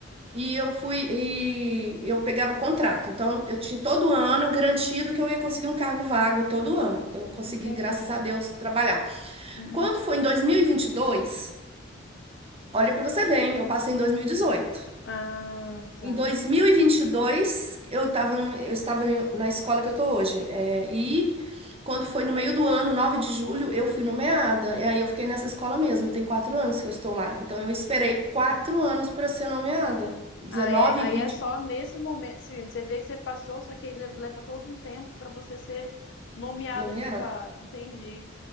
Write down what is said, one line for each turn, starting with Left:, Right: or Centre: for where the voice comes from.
Right: e eu fui, e eu pegava contrato. Então, eu tinha todo ano garantido que eu ia conseguir um cargo vago todo ano. Então, eu consegui,
Left: entendi.
Right: graças a Deus, trabalhar.
Left: Uhum.
Right: E quando foi em 2022, olha para você ver, hein, eu passei em 2018.
Left: Ah, tá.
Right: Em 2022, eu tava no- eu estava no- na escola que eu tô hoje. é, e quando foi no meio do ano, 9 de julho, eu fui nomeada. E aí eu fiquei nessa escola mesmo. Tem quatro anos que eu estou lá. Então eu esperei
Left: Entendi.
Right: quatro anos para ser nomeada. 19,
Left: Ah, é, aí
Right: 20,
Left: é só nesse momento. Sim, você vê que você passou, só que aí le- leva todo um tempo para você ser nomeada
Right: nomeada.
Left: de par. Entendi.